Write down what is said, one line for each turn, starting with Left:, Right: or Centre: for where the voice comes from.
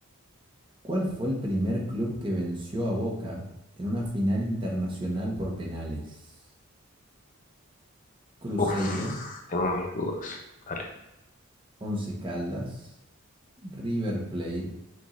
Right: ¿Cuál fue el primer club que venció a Boca en una final internacional por penales? Cruzeiro,
Left: Uf, tengo mis dudas. Dale.
Right: Once Caldas, River Plate,